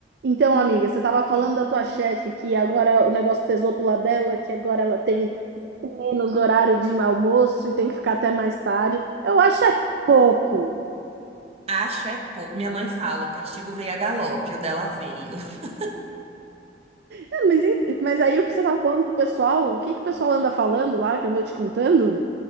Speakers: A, on the right; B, on the right.
A: Então, amiga, você estava falando da tua chefe que agora o negócio pesou pro lado dela, que agora ela tem muito menos horário de almoço e tem que ficar até mais tarde. Eu acho é pouco.
B: Acho é pouco. Minha mãe fala, o castigo veio a galope, o dela veio. <laughs>
A: É, mas, en- mas aí o que você estava falando pro pessoal, o que que o pessoal anda falando lá, que andou te contando?